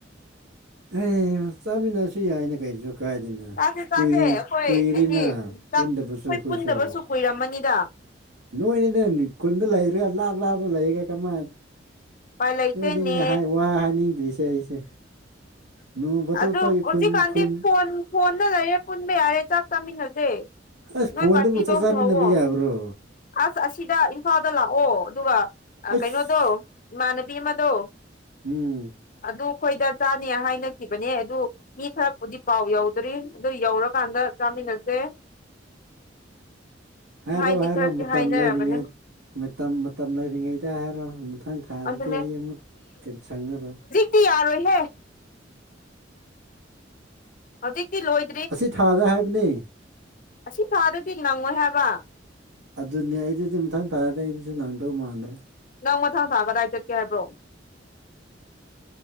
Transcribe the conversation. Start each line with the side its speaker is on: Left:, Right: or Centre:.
Right: ꯑꯦ ꯆꯥꯃꯤꯟꯅꯔꯁꯨ ꯌꯥꯏꯅꯦ ꯀꯩꯁꯨ ꯀꯥꯏꯗꯅꯣ
Left: ꯆꯥꯁꯦ ꯆꯥꯁꯦ
Right: ꯀꯨꯏ
Left: ꯑꯩꯈꯣꯏ
Right: ꯀꯨꯏꯔꯦꯅ
Left: ꯍꯥꯏꯗꯤ
Right: ꯄꯨꯟꯗꯕꯁꯨ
Left: ꯆꯥꯛ ꯑꯩꯈꯣꯏ
Right: ꯑꯩꯈꯣꯏꯁꯨ
Left: ꯄꯨꯟꯗꯕꯁꯨ ꯀꯨꯏꯔꯝꯃꯅꯤꯗ
Right: ꯅꯣꯏꯅꯦꯅꯦ ꯈꯨꯟꯗ ꯂꯩꯔꯦ ꯂꯥꯞ ꯂꯥꯞ ꯂꯩꯔꯦ ꯀꯃꯥꯏ
Left: ꯎꯄꯥꯏ ꯂꯩꯇꯦꯅꯦ
Right: ꯅꯣꯏꯅꯤꯅꯦ ꯋꯥ ꯍꯥꯏꯅꯤꯡꯗ꯭ꯣꯏꯁꯦ ꯑꯩꯁꯦ ꯅꯣꯡ ꯐꯥꯗꯣꯛ
Left: ꯑꯗꯨ
Right: ꯐꯥꯎ ꯈꯨꯟ
Left: ꯎꯆꯛꯀꯥꯟꯗꯤ
Right: ꯈꯨꯟ
Left: ꯐꯣꯟ ꯐꯣꯟꯗ ꯂꯩꯔꯦ ꯄꯨꯟꯕ ꯌꯥꯔꯦ ꯆꯥꯛ ꯆꯥꯃꯤꯟꯅꯁꯦ
Right: ꯑꯁ
Left: ꯅꯣꯏ
Right: ꯐꯣꯟꯗꯨꯕꯨ
Left: ꯄꯥꯔꯇꯤꯗꯣ
Right: ꯆꯥꯛ ꯆꯥꯃꯤꯟꯅꯕ
Left: ꯍꯧꯋꯣ
Right: ꯌꯥꯕ꯭ꯔꯣ
Left: ꯑꯁ ꯑꯁꯤꯗ ꯏꯝꯐꯥꯜꯗ ꯂꯥꯛꯑꯣ ꯑꯗꯨꯒ
Right: ꯑꯁ
Left: ꯀꯩꯅꯣꯗꯣ ꯏꯃꯥꯟꯅꯕꯤ ꯑꯃꯗꯣ
Right: ꯎꯝ
Left: ꯑꯗꯨ ꯑꯩꯈꯣꯏꯗ ꯆꯥꯅꯤ ꯍꯥꯏꯅ ꯈꯤꯕꯅꯦ ꯑꯗꯨ ꯃꯤ ꯈꯔꯕꯨꯗꯤ ꯄꯥꯎ ꯌꯧꯗ꯭ꯔꯤ ꯑꯗꯨ ꯌꯧꯔꯀꯥꯟꯗ ꯆꯥꯃꯤꯟꯅꯁꯦ
Right: ꯍꯥꯏꯔꯣ
Left: ꯍꯥꯏꯗꯤ
Right: ꯍꯥꯏꯔꯣ
Left: ꯈꯔꯗꯤ
Right: ꯃꯇꯝ
Left: ꯍꯥꯏꯅꯔꯕꯅꯦ
Right: ꯂꯩꯔꯤꯉꯩ ꯃꯇꯝ ꯃꯇꯝ ꯂꯩꯔꯤꯉꯩꯗ ꯍꯥꯏꯔꯣ ꯃꯊꯪ ꯊꯥꯗꯗꯤ
Left: ꯑꯗꯨꯅꯦ
Right: ꯑꯩ ꯑꯃꯨꯛ ꯀꯩ ꯁꯪꯉꯔꯣꯏ
Left: ꯇꯤ ꯌꯥꯔꯣꯏꯍꯦ ꯍꯧꯖꯤꯛꯇꯤ ꯂꯣꯏ
Right: ꯑꯁꯤ ꯊꯥꯗ ꯍꯥꯏꯕꯅꯦ
Left: ꯑꯁꯤ ꯊꯥꯗꯗꯤ ꯅꯪꯉꯣꯏ ꯍꯥꯏꯕ
Right: ꯑꯗꯨꯅꯦ ꯑꯩ ꯑꯗꯨꯗꯤ ꯃꯊꯪ ꯊꯥꯔꯗꯤ ꯑꯩꯗꯤꯁꯨ ꯅꯪꯗꯕ ꯃꯥꯟꯗ꯭ꯔꯦ
Left: ꯅꯪ ꯃꯊꯪ ꯊꯥ ꯀꯗꯥꯏ ꯆꯠꯀꯦ ꯍꯥꯏꯕ꯭ꯔꯣ